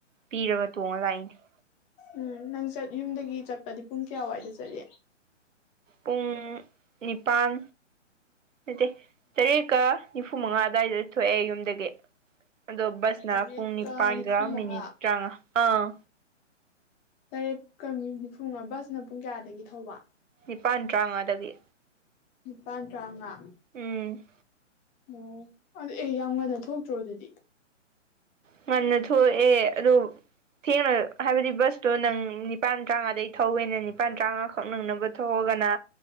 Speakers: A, on the right; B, on the left.
A: ꯄꯤꯔꯒ ꯇꯣꯡꯉ ꯂꯥꯛꯏꯅꯦ
B: ꯎꯝ ꯅꯪ ꯆꯠ ꯌꯨꯝꯗꯒꯤ ꯆꯠꯄꯗꯤ ꯄꯨꯡ ꯀꯌꯥꯋꯥꯏꯗ ꯆꯠꯂꯤ
A: ꯄꯨꯡ ꯅꯤꯄꯥꯟ ꯅꯠꯇꯦ ꯇꯔꯦꯠꯀ ꯅꯤꯐꯨꯃꯉꯥ ꯑꯗꯨꯋꯥꯏꯗ ꯊꯣꯛꯑꯦ ꯌꯨꯝꯗꯒꯤ꯫ ꯑꯗꯣ ꯕꯁꯅ
B: ꯇꯔꯦꯠꯀ
A: ꯄꯨꯡ ꯅꯤꯄꯥꯟꯒ
B: ꯅꯤꯐꯨ ꯃꯉꯥ
A: ꯃꯤꯅꯤꯠ ꯇꯔꯥꯉꯥ ꯑꯥ
B: ꯇꯔꯦꯠꯀ ꯃꯤꯅꯤꯐꯨꯉꯥ ꯕꯁꯅ ꯄꯨꯡ ꯀꯌꯥꯗꯒꯤ ꯊꯧꯕ?
A: ꯅꯤꯄꯥꯟ ꯇꯔꯥꯉꯥꯗꯒꯤ꯫
B: ꯅꯤꯄꯥꯥꯟ ꯇꯔꯥꯉꯥ
A: ꯎꯝ
B: ꯃꯣ ꯑꯗꯣ ꯑꯦ ꯌꯥꯝ ꯉꯟꯅ ꯊꯣꯛꯇ꯭ꯔꯣ ꯑꯗꯨꯗꯤ
A: ꯉꯟꯅ ꯊꯣꯛꯑꯦ ꯑꯗꯨ ꯊꯦꯡꯅ ꯍꯥꯏꯕꯗꯤ ꯕꯁꯇꯣ ꯅꯪ ꯅꯤꯄꯥꯟ ꯇꯔꯥꯃꯉꯥꯗꯒꯤ ꯊꯧꯋꯦꯅ ꯅꯤꯄꯥꯟ ꯇꯔꯥꯉꯥꯈꯛ ꯅꯪꯅꯕ ꯊꯣꯛꯑꯒꯅ